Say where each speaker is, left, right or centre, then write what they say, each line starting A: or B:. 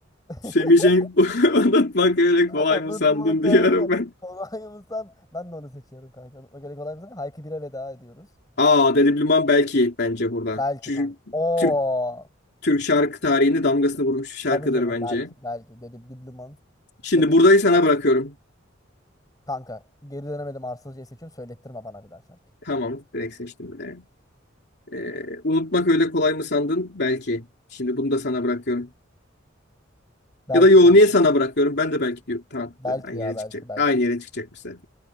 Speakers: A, on the left; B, on the left.
A: <laughs>
B: Semih Cenk <laughs> unutmak öyle kolay
A: Unutmak
B: mı sandın diyorum
A: öyle.
B: ben.
A: Kolay mı san? Ben de onu seçiyorum kanka. Unutmak öyle kolay mı san? Hayki bire veda ediyoruz.
B: Aa Dede Bilmem belki bence burada.
A: Belki
B: Çünkü
A: kanka. Oo.
B: Türk, Türk şarkı tarihinde damgasını vurmuş bir şarkıdır
A: Tabii canım
B: bence.
A: belki. Belki. Dedim düblüman.
B: Şimdi
A: Tabii dedim
B: burayı
A: düblüman
B: sana
A: nasıl?
B: bırakıyorum.
A: Kanka geri dönemedim arsızcayı seçiyorum. Söylettirme bana bir daha şarkı.
B: Tamam direkt seçtim bile. Ee, unutmak öyle kolay mı sandın? Belki. Şimdi bunu da sana bırakıyorum.
A: Belki
B: Ya da yo
A: kanka.
B: niye sana bırakıyorum? Ben de belki diyorum. Tamam
A: Belki
B: tamam, aynı
A: ya
B: yere
A: belki
B: çıkacak.
A: belki.
B: Aynı yere çıkacakmış zaten.